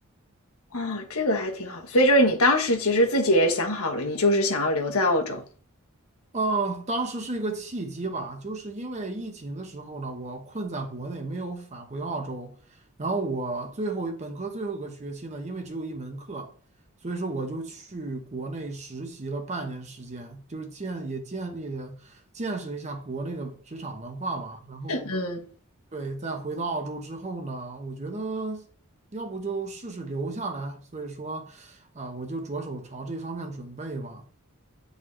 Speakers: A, on the left; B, on the right.
A: 哦，这个还挺好。所以就是你当时其实自己也想好了，你就是想要留在澳洲。
B: 呃，当时是一个契机吧，就是因为疫情的时候呢，我困在国内没有返回澳洲，然后我最后本科最后一个学期呢，因为只有一门课，所以说我就去国内实习了半年时间，就是建也建立了见识一下国内的职场文化吧。然后
A: 嗯，
B: 对，再回到澳洲之后呢，我觉得要不就试试留下来，所以说，啊、我就着手朝这方面准备吧。